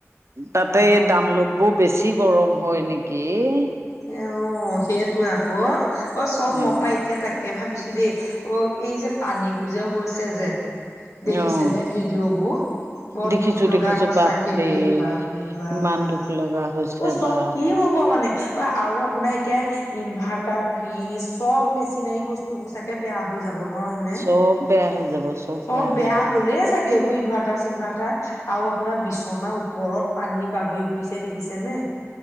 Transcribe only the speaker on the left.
হয়
অঁ! সেইটোৱেই আকৌ অ চব
ম‌ই পাই এতিয়া তাকে ভাবিছো দেই অ <inaudible> এই যে পানীবোৰ যে হৈছে যেন দেখিছেনে
ভিডিঅ'বোৰ? <inaudible> বৰ
দুখ লগা
সঁচাকে
দেই বাপৰে বাপ।
অ চব
কি হ'ব <unintelligible> <inaudible> মানে আৰু আপোনাৰ এতিয়া ইনভাৰ্টাৰ, ফ্ৰিজ চব মেচিনাৰী বস্তুবোৰ চাগ চাগে বেয়া হৈ যাব ন হয় নে?
চব
বেয়া
হলেই <inaudible> চাগে এইবোৰ ইনভাৰটাৰ-চিনভাৰটাৰ <unintelligible> আৰু আপোনাৰ বিচনাৰ ওপৰত পানী বাগৰি ফুৰিছে দেখিছে নে? <unintelligible>